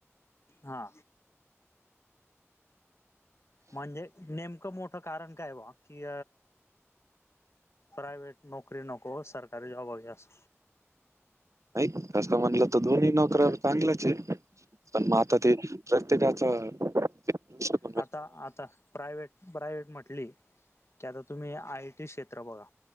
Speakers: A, on the left; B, on the right.
A: हा म्हणजे नेमकं मोठं कारण काय बुवा, की प्रायव्हेट नोकरी नको सरकारी जॉब हवा अस.
B: नाही तसं म्हणलं तर दोन्ही नोकऱ्या चांगलंच हे. पण मग आता ते प्रत्येकाचं <unintelligible>
A: आता आता प्रायव्हेट प्रायव्हेट म्हटली की आता तुम्ही आयटी क्षेत्र बघा.